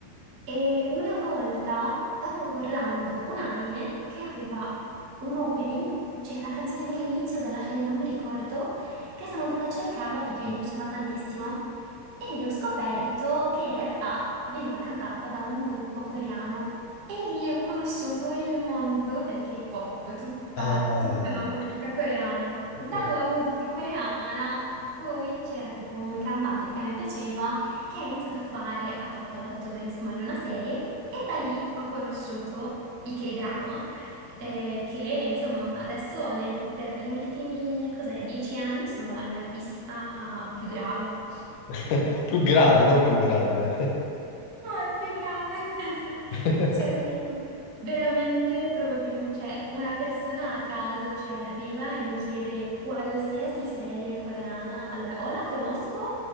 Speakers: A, on the right; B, on the left.
A: E una volta stavo guardando un anime che aveva un opening, cioè la canzone dell'inizio o della fine, non mi ricordo, che sono andata a cercarla perché mi piaceva tantissimo. E lì ho scoperto che in realtà veniva cantata da un gruppo coreano. E lì ho conosciuto il mondo del K-pop, tutta,
B: Ah,
A: tutta la musica coreana. Dalla
B: ok.
A: musica coreana poi c'era tipo un cantante che a me piaceva che ha iniziato a fare, ha fatto l'attore, insomma, in una serie e da lì ho conosciuto i K-drama, eh, che insomma adesso ne- per gli ultimi, cos'è, dieci anni sono la mia fissa più grave.
B: <laughs> Più grave, non più grande.
A: No, è più grave. <laughs>
B: <laughs>
A: Cioè, io veramente probabilmente, cioè, una persona a caso, cioè, arriva e mi chiede qualsiasi serie coreana. Allora, o la conosco